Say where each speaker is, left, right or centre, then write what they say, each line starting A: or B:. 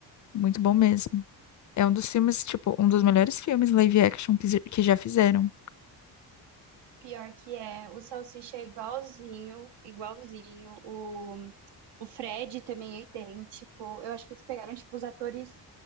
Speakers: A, on the left; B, on the right.
A: Muito bom mesmo. É um dos filmes, tipo, um dos melhores filmes live action que, já- que já fizeram.
B: Pior que é. O salsicha é igualzinho, igualzinho. O, o Fred também é idêntico. Eu acho que eles pegaram, tipo, os atores